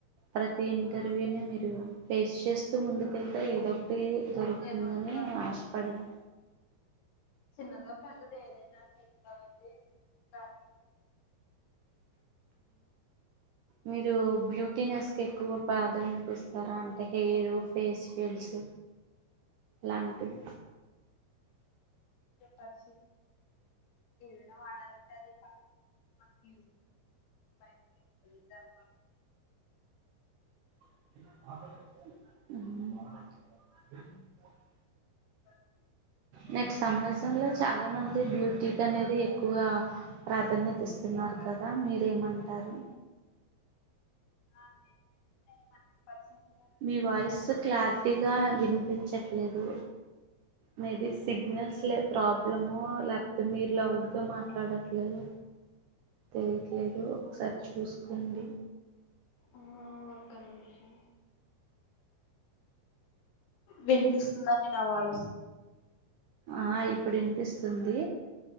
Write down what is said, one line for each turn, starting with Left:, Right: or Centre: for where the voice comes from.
Right: ప్రతి ఇంటర్వ్యూని
Left: ఆ
Right: మీరు ఫేస్ చేస్తూ ముందుకెళ్తే ఏదో పే దొరుకుతుందని
Left: ఏదో ఒకటి వస్తువు
Right: ఆశపడను
Left: చిన్నదో పెద్దదో ఏదైనా చేద్దామని కానీ
Right: మీరు బ్యూటీనెస్ కి ఎక్కువ ప్రాధాన్యత ఇస్తారా అంటే హెయిర్ ఫేషయల్స్ లాంటివి
Left: పక్షి ఇదనా వాళాలంటే అదిపా మంకీ <inaudible>
Right: మ్
Left: నేను
Right: నేటి సమాజంలో చాలా మంది బ్యూటీకి అనేది ఎక్కువ ప్రాధాన్యత ఇస్ తున్నారు
Left: ప్రిఫర్
Right: కదా
Left: చేస్తున్నారు
Right: మీరేమంటారు
Left: అదైతే హండ్రెడ్ పర్సెంట్
Right: మీ వాయిస్ క్లారిటీగా వినిపించట్లేదు, మీది సిగ్నల్స్ లే ప్రాబ్లమో, లేకపోతే మీరు లౌడ్గా మాట్లాడట్లేదో తెలియట్లేదు ఒకసారి చూసుకోండి.
Left: ఆ ఒక్క నిమిషం వినిపిస్తుందండి నా వాయిస్
Right: ఆ ఇప్పుడు ఇన్పిస్తుంది